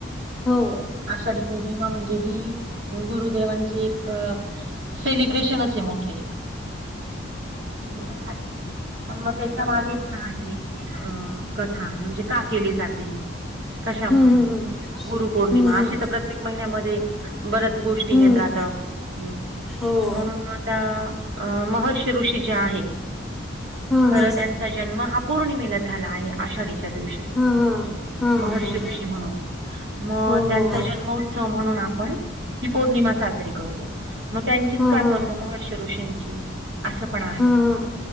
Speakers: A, in the centre; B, on the right.
A: हो--ओ..
B: आषाढी पौर्णिमा म्हणजे ही.. गुरुदेवांची एक सेलिब्रेशनच आहे मोठं एक हो.. झाले. मग त्याच्या मागे पण आहे एक हृ.. कथा म्हणजे का केली जाते? कशामुळे?
A: हम्म, हम्म,
B: गुरुपौर्णिमा,
A: हम्म,
B: अशी
A: हम्म,
B: तर प्रत्येक महिन्यामध्ये बऱ्याच गोष्टी
A: हम्म,
B: येत राहतं. हम्म.
A: हो
B: म्हणून म आता अ महर्षी ऋषी जे आहे.
A: हां
B: खरं
A: हां
B: त्यांचा जन्म हा पौर्णिमेला झाला आहे. आषाढीच्या दिवशी
A: हां हां हां
B: महर्षी
A: हां हां
B: ऋषी म्हणून. म
A: हो हो
B: त्यांचा
A: हो
B: जन्म ऊत्सव म्हणून आपण, ही पौर्णिमा साजरी करतो. म त्यांचीच
A: हां
B: का
A: हां
B: करतो महर्ष ऋषींची? असं पण आहे.
A: हां हां